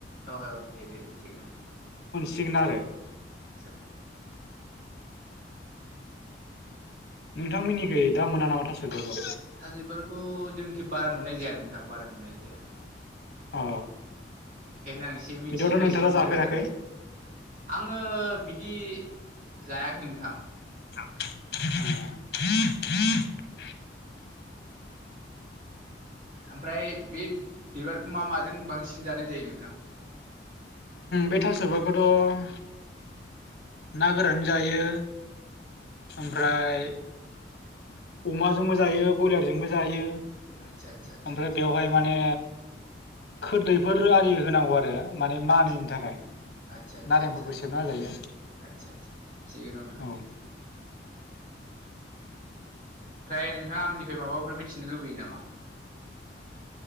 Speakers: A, on the right (about 50°); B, on the left (about 60°).
A: औ दे दे थिग दं
B: सिगोन आरो
A: आसा आसा आसा
B: नोंथांमोननिखै दा मोना नामा थास' बिबारखौ
A: थास' बिबारखौ जोंनिखै बारा नुनाय जाया नोंथां बारा नुनाय जाया
B: अ
A: बेखायनो आं एसे मिथियैखाय
B: बिदिबाथ' नोंथाङा
A: सोंनाय
B: जाफेराखै
A: जाबाय आरो आङो बिदि जायाखै नोंथां
B: <unintelligible>
A: ओमफ्राय बे बिबारखौ मा माजों बांसिन जानाय जायो नोंथां
B: बे थास' बिबारखौथ' ना गोरानजों जायो । ओमफ्राय अमाजोंबो जायो बयलारजोंबो जायो ।
A: आदसा आदसा आदसा
B: ओमफ्राय
A: आदसा
B: बेवहाय माने खोरदैफोर आरि होनांगौ आरो माने
A: आदसा
B: मानैनि थाखाय
A: आदसा आदसा
B: नारेंफोरबो
A: आदसा
B: सेबना होजायो
A: आदसा आदसा थिगैनो दं नोंथां
B: औ
A: ओमफ्राय नोंथ नोंथाङा आंनिफ्राय माबाफोर मिथिनो लुबैयो नामा